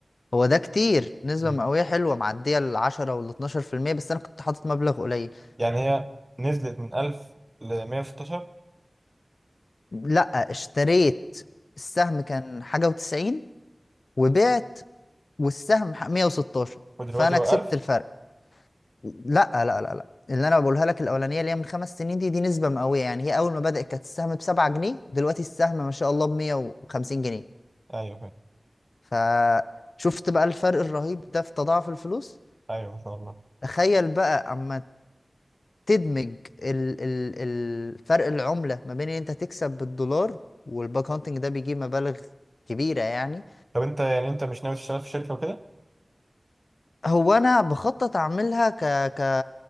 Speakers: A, on the left; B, on the right.
A: هو ده كتير نسبة
B: مم.
A: مئوية حلوة معدية العشرة والاتناشر في المية بس أنا كنت حاطط مبلغ قليل
B: يعني هي نزلت من 1000 ل 116
A: لا اشتريت السهم كان حاجة وتسعين وبعت والسهم ح- 116
B: ودلوقتي
A: فأنا
B: هو
A: كسبت
B: 1000
A: الفرق لا لا لا لا اللي أنا بقولها لك الأولانية اللي هي من خمس سنين دي دي نسبة مئوية يعني هي أول ما بدأت كانت السهم بسبعة جنيه دلوقتي السهم ما شاء الله بمية وخمسين جنيه
B: ايوه فاهم
A: فشفت بقى الفرق الرهيب ده في تضاعف الفلوس
B: ايوه ما شاء الله
A: تخيل بقى أما تدمج ال ال الفرق العملة ما بين إن أنت تكسب بالدولار والباك هانتنج ده بيجيب مبالغ كبيرة يعني
B: طب انت يعني انت مش ناوي تشتغل في شركة وكده؟
A: هو انا بخطط اعملها ك ك